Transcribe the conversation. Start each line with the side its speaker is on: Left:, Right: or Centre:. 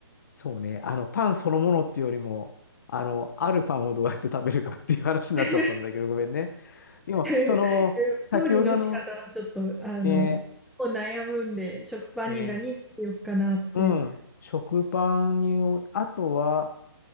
Left: そうね、あの、パンそのものっていうよりも、あの、あるパンをどうやって食べるかっていう話になっちゃったんだけど、
Centre: <laughs> いや
Left: ごめんね。でも、その、
Centre: いや、いや
Left: 先ほどの、
Centre: 調理の仕方はちょっと、あの、
Left: ね、
Centre: もう悩むんで、食パンに何乗せようかなって。
Left: ね、うん、食パンに、あとは、